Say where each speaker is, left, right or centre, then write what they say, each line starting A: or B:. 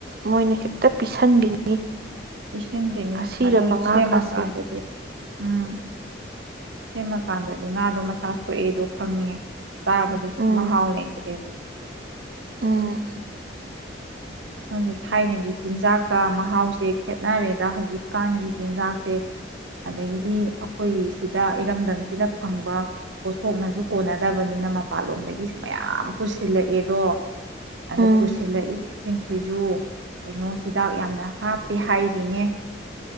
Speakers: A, on the right (about 50°); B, on the right (about 75°).
A: ꯃꯣꯏꯅ ꯍꯦꯛꯇ ꯄꯤꯁꯟꯕꯤꯅꯤ
B: ꯏꯁꯤꯡ ꯇꯤꯡ ꯅꯤ
A: ꯑꯁꯤꯔꯕ
B: ꯑꯗꯨ
A: ꯉꯥꯀꯥꯁꯦ
B: ꯁꯦꯝꯃꯀꯥꯟꯗꯗꯤ ꯎꯝ ꯁꯦꯝꯃꯀꯥꯟꯗꯗꯤ ꯉꯥꯗꯣ ꯃꯁꯥ ꯁꯣꯛꯑꯦꯗꯣ ꯈꯪꯉꯦ ꯆꯥꯕꯗꯁꯨ
A: ꯎꯝ
B: ꯃꯍꯥꯎ ꯂꯩꯇꯔꯦ
A: ꯎꯝ
B: ꯈꯪꯗꯦ ꯊꯥꯏꯅꯒꯤ ꯆꯤꯟꯖꯥꯛꯀ ꯃꯍꯥꯎꯁꯦ ꯈꯦꯠꯅꯔꯦꯗ ꯍꯧꯖꯤꯛꯀꯥꯟꯒꯤ ꯆꯤꯟꯖꯥꯛꯁꯦ ꯑꯗꯒꯤꯗꯤ ꯑꯩꯈꯣꯏꯒꯤ ꯁꯤꯗ ꯏꯔꯝꯗꯝꯁꯤꯗ ꯐꯪꯕ ꯄꯣꯠꯊꯣꯛꯅꯁꯨ ꯀꯣꯟꯅꯗꯕꯅꯤꯅ ꯃꯄꯥꯟꯂꯣꯝꯗꯒꯤꯁꯨ ꯃꯌꯥꯝ ꯄꯨꯁꯤꯜꯂꯛꯑꯦꯗꯣ ꯑꯗꯩꯩ
A: ꯎꯝ
B: ꯄꯨꯁꯤꯂꯛ ꯑꯦ ꯗꯨ ꯀꯩꯅꯣ ꯍꯤꯗꯥꯛ ꯌꯥꯝꯅ ꯍꯥꯞꯄꯤ ꯍꯥꯏꯔꯤꯅꯦ